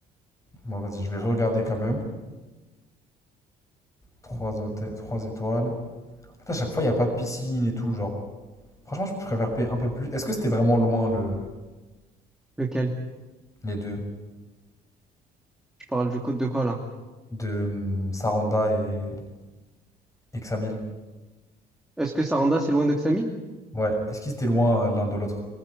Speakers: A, on the left; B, in the centre.
A: Bon, vas-y, je vais regarder quand même. Trois hôtels, trois étoiles. En à chaque fois, il n'y a pas de piscine et tout, genre. Franchement, je préfère payer un peu plus. Est-ce que c'était vraiment loin, le...
B: Lequel?
A: les deux?
B: Je parle du code de quoi là?
A: De hum, Saranda et Examil?
B: Est-ce que Saranda, c'est loin de Xamil?
A: Ouais. Est-ce qu'ils étaient loin euh, l'un de l'autre?